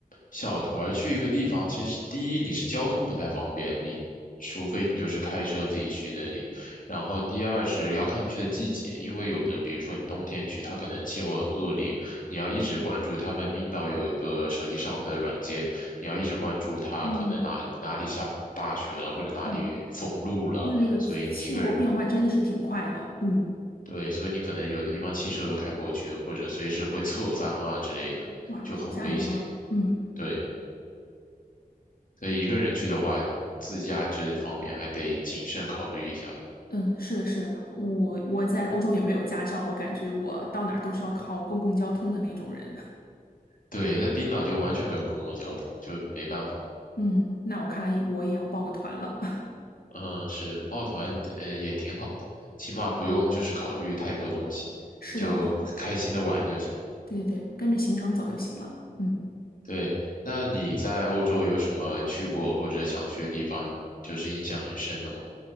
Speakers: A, on the left; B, on the left.
A: 小团儿去一个地方，其实第一你是交通不太方便，你除非你就是开车自己去那里，然后第二是要看你去的季节，因为有的比如说你冬天去，它可能气候很恶劣，你要一直关注他们冰岛有一个手机上的软件，你要一直关注它可能哪哪里下大雪了，
B: 嗯，
A: 或者哪里封路了，
B: 哦，那那个气候变化真的是挺快的，
A: 所以你一个人，
B: 嗯，
A: 对，所以你可能有的地方汽车都开不过去，或者随时会侧翻啊之类的，
B: 哇，
A: 就很危险。
B: 好吓人啊，嗯。
A: 对，所以一个人去的话，自驾这方面还得谨慎考虑一下。
B: 嗯，是的，是的，我我在欧洲也没有驾照，我感觉我到哪儿都是要靠公共交通的那种人。
A: 对，在冰岛就完全没有公共交通，就没办法。
B: 嗯，那我看来我也要报个团了。<laughs>
A: 嗯，是抱团，呃，也挺好的，起码不用就是考虑太多东西，
B: 是的，
A: 你就开心的玩就行。
B: 就对对对，跟着行程走就行了。嗯，
A: 对，那你在欧洲有什么去过或者想去的地方，就是印象很深的吗？